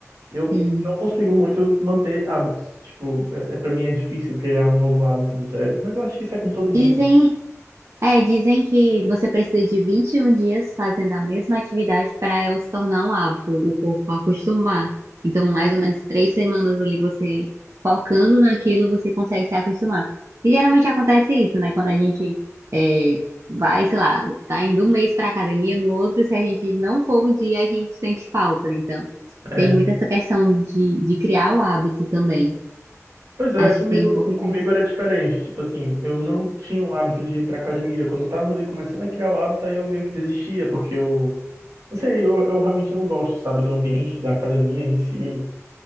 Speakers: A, on the right; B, on the right.
A: eu
B: Sim.
A: não consigo muito manter hábitos. Tipo, é, é- pra mim é difícil criar um novo hábito do zero. Mas eu acho que isso é com todo mundo,
B: Dizem
A: mano.
B: É, dizem que você precisa de 21 dias fazendo a mesma atividade para ela se tornar um hábito, o corpo acostumar. Então, mais ou menos três semanas ali você focando naquilo, você consegue se acostumar. E geralmente acontece isso, né? Quando a gente é, vai, sei lá, tá indo um mês para academia, no outro, se a gente não for um dia, a gente sente falta. Então,
A: É.
B: tem muito essa questão de, de criar o hábito também.
A: Pois é,
B: Acho
A: comigo,
B: que tem um pouco disso.
A: comigo era diferente. Tipo assim, eu não tinha o hábito de ir pra academia. Quando eu tava ali começando a criar o hábito, aí eu meio que desistia, porque eu. Não sei, eu, eu realmente não gosto, sabe, do ambiente da academia em si.